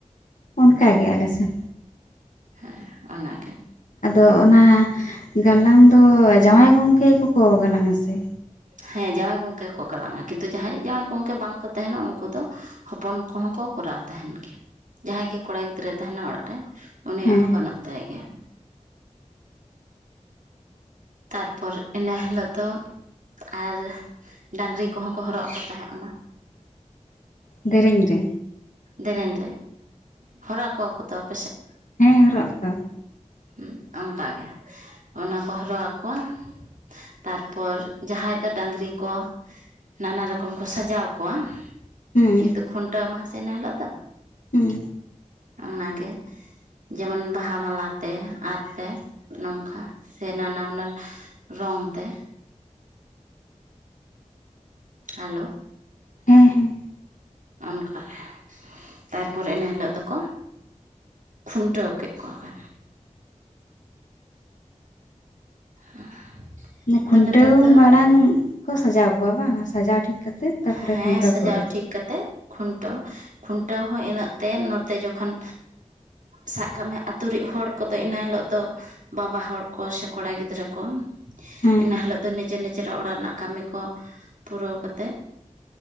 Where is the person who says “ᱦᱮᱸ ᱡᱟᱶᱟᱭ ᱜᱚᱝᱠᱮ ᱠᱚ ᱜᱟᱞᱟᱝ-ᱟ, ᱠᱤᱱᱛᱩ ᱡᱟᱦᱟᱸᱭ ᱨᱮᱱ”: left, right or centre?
Right